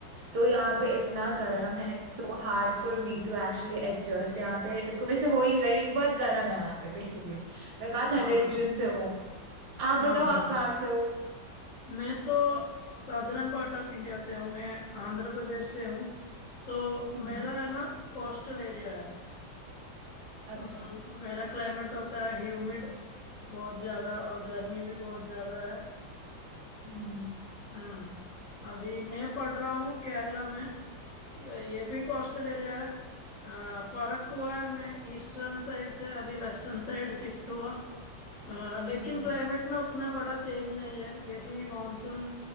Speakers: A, on the right; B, on the left.
A: तो यहाँ
B: अच्छा
A: पे इतना गर्म है so hard for me to actually adjust यहाँ पे बिल्कुल मेरे से हो ही नहीं रही कि बहुत गर्म है यहाँ पे बेसिकली मैं कहाँ ठंडे
B: हाँ
A: रीजन से हूँ आप
B: हाँ
A: बताओ
B: हाँ
A: आप
B: हाँ
A: कहाँ से हो
B: मैं तो साधारण पार्ट ऑफ इंडिया से हूँ मैं आंध्र प्रदेश से हूँ तो
A: हम्म
B: मेरा है ना कोस्टल एरिया है
A: अच्छा
B: अम, मेरा क्लाइमेट होता है ह्यूमिड बहुत ज्यादा और गर्मी भी बहुत ज्यादा है
A: हम्म
B: हम्म अभी मैं पढ़ रहा हूँ केरला में ये ये भी कोस्टल एरिया है अ, फर्क हुआ है मैं ईस्टर्न साइड से अभी वेस्टर्न साइड शिफ्ट हुआ अ, लेकिन
A: हम्म,
B: क्लाइमेट में उतना बड़ा चेंज नहीं है यही मानसून